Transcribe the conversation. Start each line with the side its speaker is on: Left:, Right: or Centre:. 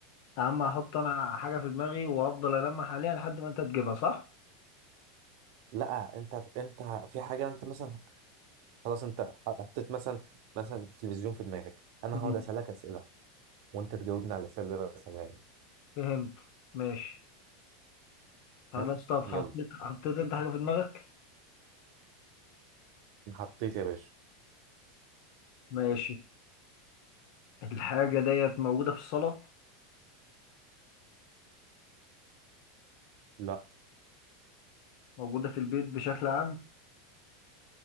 Left: يا عم هحط انا حاجة في دماغي وافضل ألمح عليها لحد ما انت تجيبها صح؟
Right: لا انت انت في حاجه انت مثلا خلاص انت حطيت مثلا مثلا تلفزيون في دماغك انا
Left: مم.
Right: هقعد اسالك اسئله وانت تجاوبني على الاسئله اللي انا بسالها لك
Left: فهمت ماشي خلاص
Right: تمام
Left: طب حطيت
Right: يلا
Left: حطيت انت حاجة في دماغك؟
Right: حطيت يا باشا
Left: ماشي الحاجة ديت موجودة في الصالة
Right: لا
Left: موجودة في البيت بشكل عام